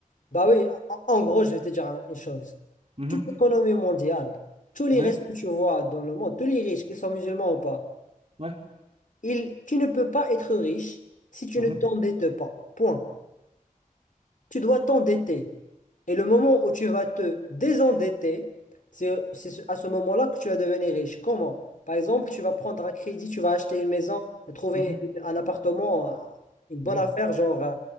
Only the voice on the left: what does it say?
Bah oui, en, en gros, je vais te dire un- une chose.
toute l'économie mondiale, tous les
restes que tu vois dans le monde, tous les riches, qu'ils soient musulmans ou pas,
ils- tu ne peux pas être riche si tu
ne t'endettes pas. Point. Tu dois t'endetter. Et le moment où tu vas te désendetter, c'est c'est ce- à ce moment-là que tu vas devenir riche. Comment? Par exemple, tu vas prendre un crédit, tu vas acheter une maison, trouver
un appartement, euh, une bonne
affaire, genre euh,